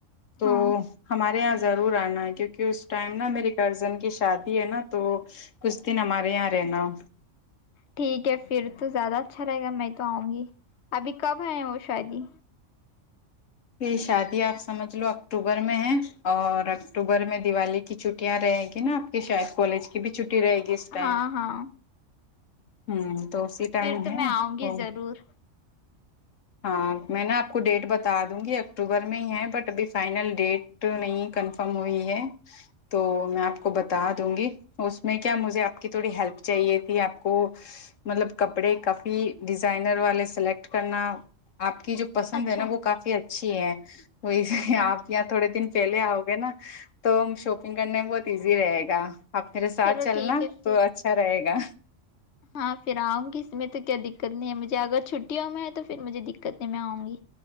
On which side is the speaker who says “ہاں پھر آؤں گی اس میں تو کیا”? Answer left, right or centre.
Left